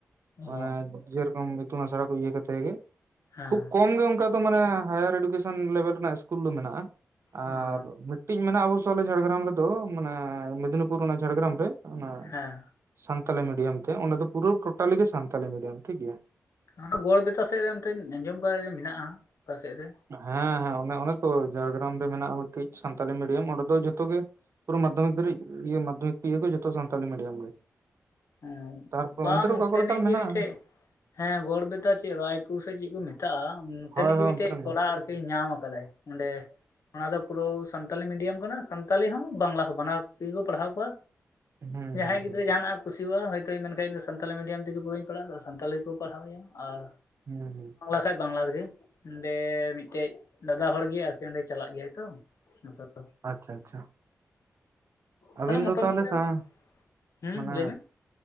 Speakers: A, on the left; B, on the right.
A: ᱚ
B: ᱢᱟᱱᱮ ᱡᱮᱨᱚᱠᱚᱢ ᱤᱛᱩᱱ ᱟᱥᱲᱟ ᱠᱚ ᱤᱭᱟᱹ ᱠᱟᱛᱮ ᱜᱮ,
A: ᱦᱮᱸ
B: ᱠᱷᱩᱵᱽ ᱠᱚᱢ ᱜᱮ ᱚᱱᱠᱟ ᱫᱚ ᱢᱟᱱᱮ ᱦᱟᱭᱟᱨ ᱮᱰᱩᱠᱮᱥᱚᱱ ᱞᱮᱵᱮᱞ ᱨᱮᱱᱟᱜ ᱤᱥᱠᱩᱞ ᱫᱚ ᱢᱮᱱᱟᱜ-ᱟ ᱟᱨ
A: ᱚ
B: ᱢᱤᱫ ᱢᱤᱫᱴᱤᱡ ᱢᱮᱱᱟᱜ-ᱟ ᱚᱵᱚᱥᱳᱭ ᱟᱞᱮ ᱡᱷᱟᱲᱜᱨᱟᱢ ᱨᱮᱫᱚ ᱢᱟᱱᱮ ᱢᱮᱫᱽᱱᱤᱯᱩᱨ ᱚᱱᱟ ᱡᱷᱟᱲᱜᱨᱟᱢ ᱨᱮ ᱚᱱᱟ᱾
A: ᱦᱮᱸ
B: ᱥᱟᱱᱛᱟᱞᱤ ᱢᱤᱰᱤᱭᱟᱢ ᱛᱮ ᱚᱸᱰᱮ ᱫᱚ ᱯᱩᱨᱟᱹ ᱴᱳᱴᱟᱞᱤ ᱜᱮ ᱥᱟᱱᱛᱟᱞᱤ ᱢᱤᱰᱤᱭᱟᱢ ᱴᱷᱤᱠ ᱜᱮᱭᱟ᱾
A: ᱚᱱᱟ ᱜᱚᱲ ᱵᱮᱛᱟ ᱥᱮᱡ ᱨᱮ ᱚᱱᱛᱮᱧ ᱟᱸᱡᱚᱢ ᱠᱟᱜ ᱜᱮ ᱢᱮᱱᱟᱜ-ᱟ ᱚᱠᱟ ᱥᱮᱜ ᱨᱮ?
B: ᱦᱮᱸ ᱦᱮᱸ ᱚᱱᱮ, ᱚᱱᱮ ᱛᱚ ᱡᱷᱟᱲᱜᱨᱟᱢ ᱨᱮ ᱢᱮᱱᱟᱜ-ᱟ ᱢᱤᱫᱴᱤᱡ ᱥᱟᱱᱛᱟᱞᱤ ᱢᱤᱰᱤᱭᱟᱢ᱾ ᱚᱸᱰᱮ ᱫᱚ ᱡᱷᱚᱛᱚ ᱜᱮ ᱯᱩᱨᱟᱹ ᱢᱟᱫᱽᱫᱷᱚᱢᱤᱠ ᱫᱷᱟᱨᱤᱡ ᱤᱭᱟ. ᱢᱟᱫᱽᱫᱷᱚᱢᱤᱠ ᱤᱭᱟᱹ ᱠᱚ ᱡᱚᱛᱚ ᱥᱟᱱᱛᱟᱞᱤ ᱢᱤᱰᱤᱭᱟᱢ ᱜᱮ᱾
A: ᱦᱩᱸ,
B: ᱛᱟᱨᱯᱚᱨ
A: ᱵᱟᱝ
B: ᱚᱱᱛᱮ ᱨᱮ
A: ᱱᱚᱛᱮᱱᱤᱡ
B: ᱚᱠᱟ ᱠᱚᱨᱮ ᱛᱟᱨ
A: ᱜᱮ
B: ᱢᱮᱱᱟᱜᱼᱟ
A: ᱢᱤᱫᱴᱮᱡ ᱦᱮᱸ, ᱜᱚᱲᱵᱮᱛᱟ ᱪᱮᱫ ᱨᱟᱭᱯᱩᱨ ᱥᱮ ᱪᱮᱫ ᱠᱚ ᱢᱮᱛᱟᱜ-ᱟ, ᱚᱱᱛᱮᱱᱤᱡ
B: ᱦᱳᱭ
A: ᱜᱮ
B: ᱦᱳᱭ
A: ᱢᱤᱫᱴᱮᱡ
B: ᱚᱱᱛᱮ ᱨᱮ ᱢᱮᱱᱟᱜᱼᱟ
A: ᱠᱚᱲᱟ ᱟᱨ ᱠᱤ ᱧᱟᱢ ᱠᱟᱫᱟᱭ ᱚᱸᱰᱮ᱾ ᱚᱱᱟ ᱫᱚ ᱯᱩᱨᱟᱹ ᱥᱟᱱᱛᱟᱞᱤ ᱢᱤᱰᱤᱭᱟᱢ ᱠᱟᱱᱟ ᱥᱟᱱᱛᱟᱞᱤ ᱦᱚᱸ, ᱵᱟᱝᱞᱟ ᱦᱚᱸ ᱵᱟᱱᱟᱨ ᱛᱮᱜᱮ ᱠᱚ ᱯᱟᱲᱦᱟᱣ ᱠᱚᱣᱟ᱾
B: ᱦᱩᱸ
A: ᱡᱟᱦᱟᱸᱭ
B: ᱦᱩᱸ
A: ᱜᱤᱫᱽᱨᱟᱹ
B: ᱦᱩᱸ
A: ᱡᱟᱦᱟᱱᱟᱜ ᱠᱩᱥᱤᱣᱟᱜ-ᱟ ᱦᱚᱭᱛᱳᱭ ᱢᱮᱱᱠᱷᱟᱱ ᱤᱧ ᱫᱚ ᱥᱟᱱᱛᱟᱞᱤ ᱢᱤᱰᱤᱭᱟᱢ ᱛᱮᱜᱮ ᱵᱳᱭᱤᱧ ᱯᱟᱲᱦᱟᱜ-ᱟ, ᱟᱨ ᱥᱟᱱᱛᱟᱞᱤ ᱜᱮᱠᱚ ᱯᱟᱲᱦᱟᱣᱮᱭᱟ ᱟᱨ
B: ᱦᱩᱸ᱾
A: ᱵᱟᱠᱷᱟᱡ ᱵᱟᱝᱞᱟ ᱨᱮᱜᱮ᱾ ᱚᱸᱰᱮᱻ ᱢᱤᱫᱴᱮᱡ ᱫᱟᱫᱟ ᱦᱚᱲ ᱜᱮ ᱟᱨᱠᱤ ᱚᱸᱰᱮ ᱪᱟᱞᱟᱜ ᱜᱮᱭᱟᱭ ᱛᱚ᱾ <unintelligible>
B: ᱟᱪᱪᱷᱟ ᱟᱪᱪᱷᱟ᱾ ᱟᱹᱵᱤᱱ
A: ᱛᱟᱦᱚᱞᱮ ᱢᱚᱴᱟᱢᱩᱴᱤ
B: ᱫᱚ ᱛᱟᱦᱞᱮ
A: ᱟᱨ
B: ᱥᱟᱶ
A: ᱦᱩᱸ
B: ᱢᱟᱱᱮ
A: ᱞᱟᱹᱭ ᱢᱮ